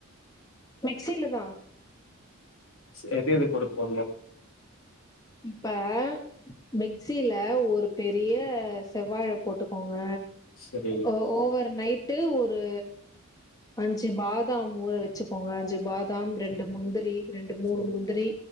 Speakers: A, on the left; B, on the left.
A: மிக்ஸில தா
B: சே எது எது கூட போட்ணு
A: இப்ப மிக்சில ஒரு பெரிய செவ்வாழ போட்டுக்கோங்க
B: சரி
A: ஓ ஓவர் நைட்டு ஒரு அஞ்சி பாதாம் ஊர வச்சுக்கோங்க அஞ்சி பாதாம் ரெண்டு முந்திரி ரெண்டு மூனு
B: சரி
A: முந்திரி